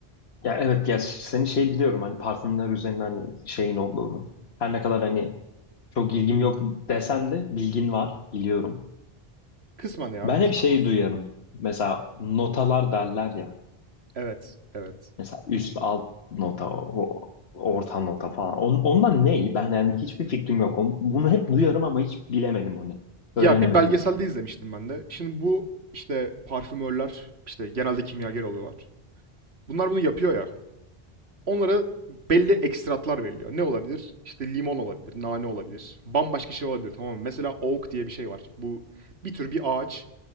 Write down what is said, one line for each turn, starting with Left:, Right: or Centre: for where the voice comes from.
Left: Ya evet ya seni şey biliyorum hani parfümler üzerinden hani şeyin olduğunu. Her ne kadar hani çok ilgim yok desem de bilgin var biliyorum.
Right: Kısmen ya,
Left: Ben
Right: kısmen
Left: hep şey
Right: var.
Left: duyarım. Mesela notalar derler ya.
Right: Evet, evet.
Left: Mesela üst alt nota, o- orta nota falan. On- ondan ne? Ben yani hiçbir fikrim yok. On- Bunu hep duyarım ama hiç bilemedim onu.
Right: Ya
Left: Öğrenemedim
Right: bir belgeselde
Left: yani.
Right: izlemiştim ben de. Şimdi bu işte parfümörler işte genelde kimyager oluyorlar. Bunlar bunu yapıyor ya. Onlara belli ekstratlar veriliyor. Ne olabilir? İşte limon olabilir, nane olabilir. Bambaşka şey olabilir tamam mı? Mesela oak diye bir şey var. Bu bir tür bir ağaç.